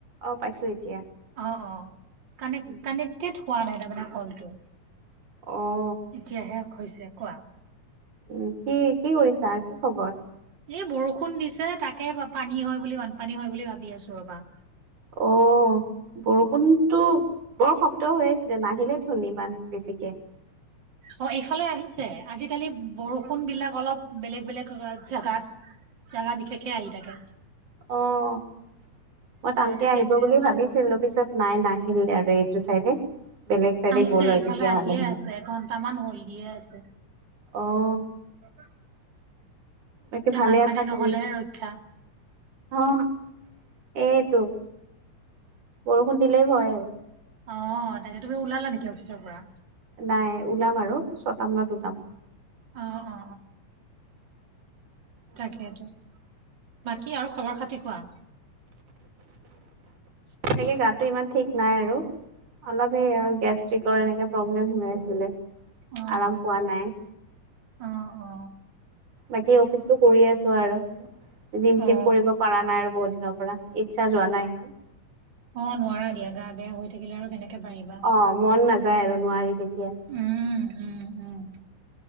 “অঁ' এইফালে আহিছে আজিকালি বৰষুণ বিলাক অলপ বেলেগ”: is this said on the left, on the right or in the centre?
Right